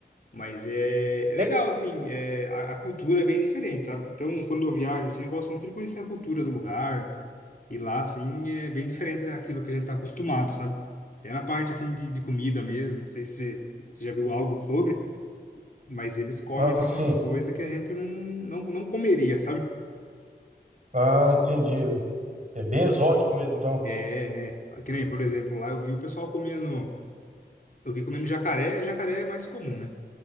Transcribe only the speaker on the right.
É?
Ah,
sim.
Ah, entendi. É bem exótico mesmo, então.